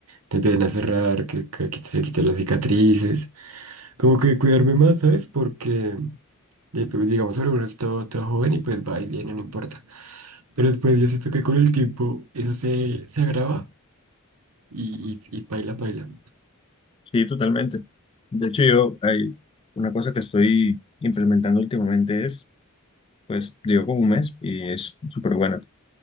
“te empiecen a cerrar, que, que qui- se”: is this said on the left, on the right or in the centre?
Right